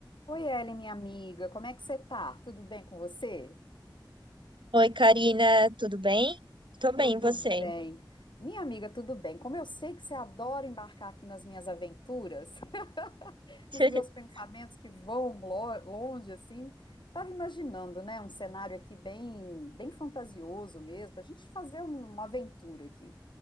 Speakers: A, on the left; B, on the right.
A: Oi, Ellen, minha amiga, como é que você tá? Tudo bem com você?
B: Oi, Karina, tudo bem? Tô bem,
A: Tudo
B: e você?
A: bem. Minha amiga, tudo bem. Como eu sei que você adora embarcar aqui nas minhas aventuras, <laughs>
B: <laughs>
A: nos meus pensamentos que voam lo- longe, assim, tava imaginando, né, um cenário aqui bem, bem fantasioso mesmo, pra gente fazer um- uma aventura aqui.